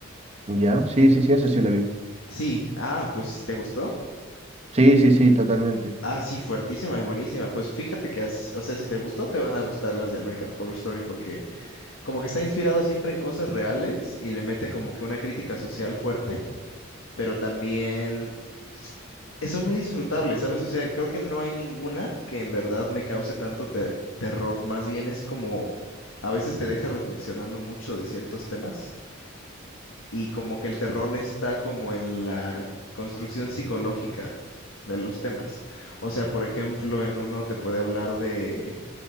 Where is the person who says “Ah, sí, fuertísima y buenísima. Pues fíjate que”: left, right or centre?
Left